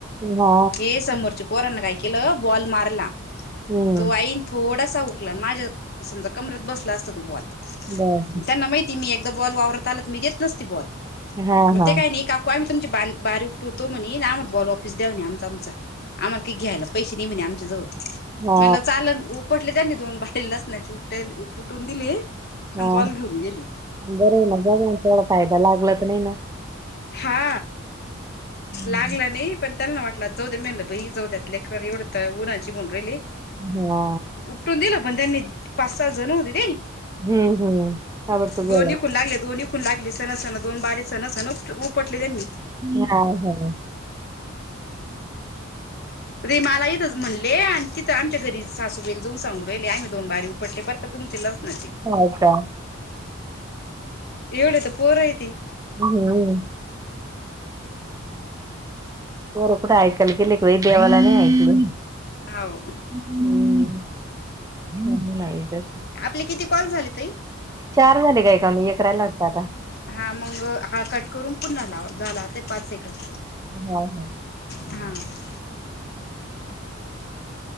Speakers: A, on the right; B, on the left.
A: हा
B: हे समोरच्या पोरांन काय केलं बॉल मारला.
A: हम्म
B: तो आई थोडासा हुकला माझ्या समजा कमरत बसला असता, तो बॉल
A: बर
B: त्यांना माहि माहितीये मी एकदा बॉल वावरात आला की, मी देत नसते बॉल.
A: हा
B: मग
A: हा
B: ते काय नाही काकु आम्ही तुमची बारी उपटतो म्हणे, आम्हाला बॉल वापस द्या, म्हणे आमचा आमचा आम्हाला. पिक घ्यायला पैसे नाही म्हणले आमच्या जवळ
A: हा
B: मी म्हणल चालल पोटले त्यांनी दोन भारी लसणाची दोन उपटून दिले आणि
A: हा
B: बॉल घेऊन गेली
A: बरं आहे मग बघ मग फायदा लागला तर नाही ना
B: हा
A: हम्म.
B: लागल नाही पण त्याला ना वाटला जाऊद म्हणल बाई लेकर एवढे उन्हाचे येऊन राहिले
A: हा
B: उपटून दिला पण त्यांनी पाच सात जण होते ते
A: हम्म हम्म ताबडतोब
B: दोन
A: झाला
B: खून लागले दोन खून लागले सण सण दोन बारे सण सण उपटले त्यांनी
A: हा हा
B: रे मला इथच म्हणले आणि तिथं आमच्या घरी सासूबाईल जाऊन सांगून राहिले आम्ही दोन बारी उपटले बरका तुमची लसणाचे
A: हो का?
B: एवढे तर पोर आहे ती
A: हम्म पोरे कुठ ऐकायला गेल की बाई देवाला नाही ऐकल
B: हाव
A: हम्म हम्म नाही तशी
B: आपले किती कॉल झाले ताई
A: चार झाले ग काय का एक रायलाय आता
B: हा मग हा कट करून पुन्हा लाव झाला आता पाच सेकंद
A: काय
B: हम्म